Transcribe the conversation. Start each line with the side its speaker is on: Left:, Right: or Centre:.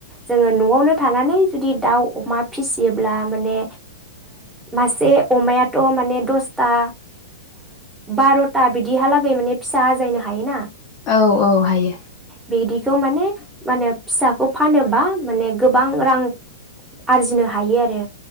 Centre: जोङो नआवनो थानानै जुदि दाउ अमा फिसियोब्ला माने मासे अमायाथ माने दसथा बारथा बिदिहालागै माने फिसा हाजायनो हायोना
Left: औ औ हायो
Centre: बिदिखौ माने माहोनो फिसाखौ फानोबा माने गोबां रां आरजिनो हायो आरो